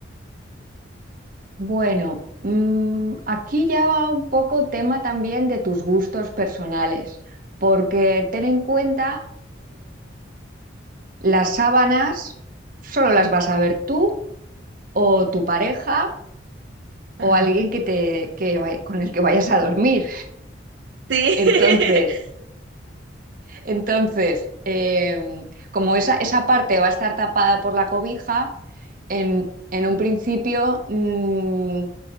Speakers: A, on the right; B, on the right.
A: Bueno, mm, aquí ya va un poco tema también de tus gustos personales, porque ten en cuenta Las sábanas solo las vas a ver tú o tu pareja
B: Ajá.
A: o alguien que te, que vay- con el que vayas a dormir.
B: Sí.
A: Entonces,
B: <laughs>
A: entonces em, como esa, esa parte va a estar tapada por la cobija, en, en un principio, mm,